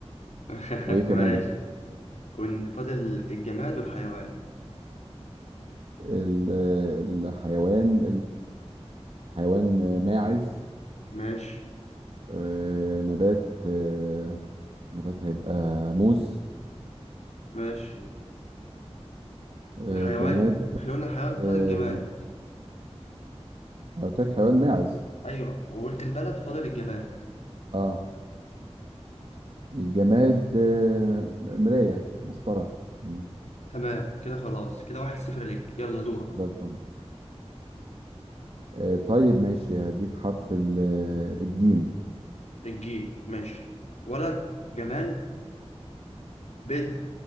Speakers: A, on the left; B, on the right.
A: <laughs>
B: <laughs> وايه كمان
A: ماشي ون- فاضل الجماد والحيوان
B: ال- الحيوان الحيوان ماعز
A: ماشي
B: آه، نبات آه، نبات هيبقى موز
A: ماشي
B: آه،
A: الحيوان
B: جماد
A: احنا قلنا الحيوان
B: آه،
A: فاضل الجماد
B: أنا قلت لك حيوان ماعز
A: ايوه وقلت البلد فاضل الجماد
B: اه الجماد آه، مراية مسطرة مم،
A: تمام كده خلاص كده واحد صفر ليك يلا دورك
B: زي الفل آه، طيب ماشي هديك حرف ال- آه، الجيم
A: الجي ماشي ولد جمال بيت